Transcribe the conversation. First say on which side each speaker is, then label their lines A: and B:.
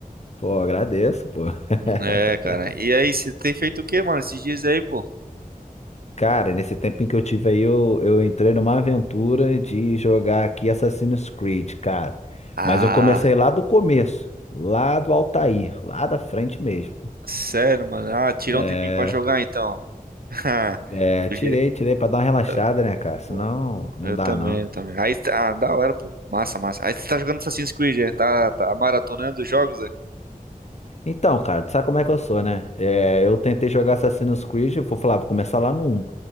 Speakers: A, on the left; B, on the right.
A: pô, agradeço, pô. <laughs>
B: É, cara. E aí, você tem feito o que, mano, esses dias aí, pô?
A: Cara, nesse tempinho que eu tive aí, eu, eu entrei numa aventura de jogar aqui Assassin's Creed, cara.
B: Ah,
A: Mas eu comecei lá do começo, lá do Altair, lá da frente mesmo.
B: Sério, mano? Ah, tirou
A: É,
B: um tempinho pra jogar, então. <laughs>
A: é,
B: do
A: tirei,
B: jeito.
A: tirei pra dar uma relaxada,
B: tá-
A: né, cara? Senão,
B: Boa, boa, boa.
A: não
B: Eu
A: dá,
B: também,
A: não.
B: eu também. Aí, tá- ah, da hora, pô. Massa, massa. Aí você tá jogando Assassin's Creed, é? Tá, tá maratonando os jogos, é?
A: Então, cara, tu sabe como é que eu sou, né? É, eu tentei jogar Assassin's Creed, eu vou falar, vou começar lá no um.